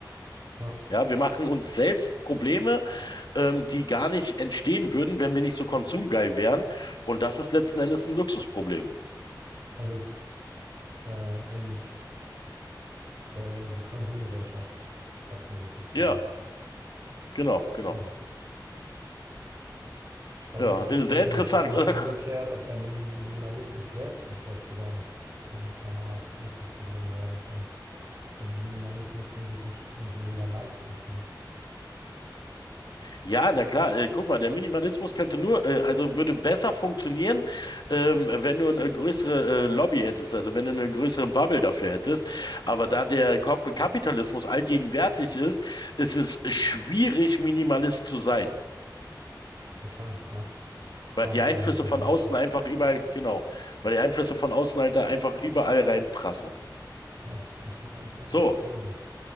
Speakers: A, on the right; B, on the left.
A: Ja,
B: Ja, wir machen uns selbst Probleme, ähm, die gar nicht entstehen würden, wenn wir nicht so konsumgeil wären. Und das ist letzten Endes ein Luxusproblem.
A: also äh, eben der, die Konsumgesellschaft hat ein Luxusproblem.
B: Ja, genau, genau.
A: Hm. Ich frage
B: Ja,
A: mich jetzt
B: äh, sehr
A: eben
B: interessant,
A: natürlich
B: oder?
A: umgekehrt,
B: <laughs>
A: ob der Min- Minimalismus selbst nicht vielleicht sogar zu einer Art Luxusproblem werden kann. Eben Minimalismus, den sich nicht irgendwie jeder leisten kann.
B: Ja, na klar. Äh, guck mal, der Minimalismus könnte nur, äh, also würde besser funktionieren, ähm, wenn du eine größere äh, Lobby hättest, also wenn du eine größere Bubble dafür hättest. Aber da der Kap- Kapitalismus allgegenwärtig ist, ist es schwierig, Minimalist zu sein.
A: Total, ja. Vor
B: Weil
A: allem
B: die
A: ja
B: Einflüsse
A: in der Gesellschaft.
B: von außen einfach überall, genau, weil die Einflüsse von außen halt da einfach überall reinprassen.
A: Ja, interessante
B: So,
A: Theorie.